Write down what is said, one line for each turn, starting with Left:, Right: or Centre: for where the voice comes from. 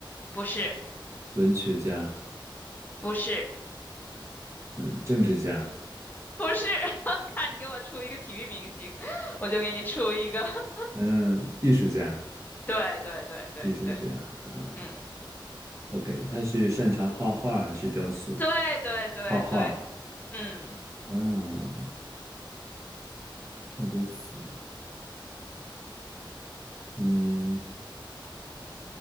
Left: 不是
Right: 文学家，
Left: 不是。
Right: 嗯，政治家，
Left: 不是，<laughs> 看你给我出一个体育明星，我就给你出一个。<laughs>
Right: 嗯，艺术家，
Left: 对对对对对，
Right: 艺术家，嗯
Left: 嗯，
Right: ，OK，他是擅长画画还是雕塑？
Left: 对对对对，
Right: 画画，
Left: 嗯，
Right: 嗯，那都是，嗯，